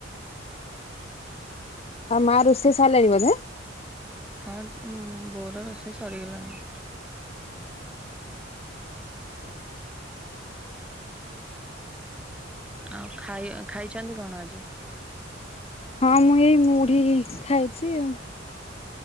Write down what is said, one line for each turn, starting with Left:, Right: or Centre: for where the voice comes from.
Left: ଆଉ ମା ରୁଷେଇ ସାର୍ଲେଣୀ ବଧେ।
Centre: ହଁ ମୁଁ ବୋର ରୋଷେଇ ସରିଗଲାଣି। ଆଉ ଖାଇ ଖାଇଛନ୍ତି କଣ ଆଜି?
Left: ହଁ ମୁଁ ଏଇ ମୁଢି ଖାଇଛି ଆଉ।